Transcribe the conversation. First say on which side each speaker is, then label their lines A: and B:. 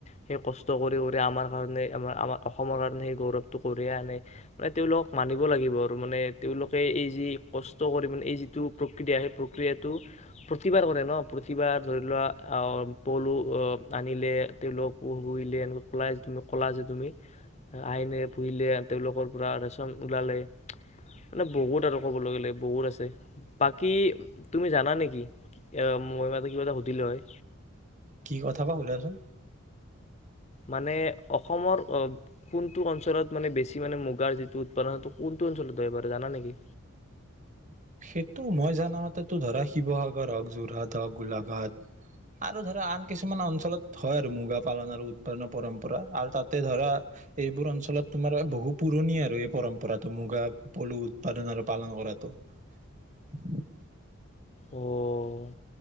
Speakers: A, on the left (about 30°); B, on the right (about 35°).
A: সেই কষ্ট কৰি আমাৰ কাৰণে আমাৰ-আমাৰ অসমৰ কাৰণে সেই গৌৰৱটো কঢ়িয়াই আনে৷ তেওঁলোকক মানিব লাগিব আৰু মানে তেওঁলোকে এই যি কষ্ট কৰি মানে এই যিটো প্ৰক্ৰিয়া সেই প্ৰক্ৰিয়াটো প্ৰতিভাৰ কৰে ন প্ৰতিভাৰ ধৰি লোৱা পলু অ আনিলে তেওঁলোক পহিলে এনেক কলা তু ক'লা যে তুমি আইনে পুহিলে তেওঁলোকৰ পৰা ৰেচন ওলালে মানে বহুত আৰু ক'বলৈ গলে বহুত আছে বাকী তুমি জানা নেকি এ মই কিবা এটা সুধিলো হয়?
B: কি কথাবা সুধাচোন
A: মানে অসমৰ কোনটো অঞ্চলত মানে বেছি মানে মুগাৰ যিটো উৎপাদন সেইটো কোনটো অঞ্চলত বাৰু জানা নেকি?
B: সেইটো মই জানামতেতো ধৰা শিৱসাগৰ হওঁক যোৰহাট হওক গোলাঘাট আৰু ধৰা আন কিছুমান অঞ্চলত হয় আৰু মুগা পালন আৰু উৎপাদনৰ পৰম্পৰা আৰু তাতে ধৰা এইবোৰ অঞ্চলত তোমাৰ বহু পুৰণি আৰু এই পৰম্পৰাটো মুগা পলু উৎপাদন আৰু পালন কৰাটো ৷ ওহ <unintelligible>
A: অ'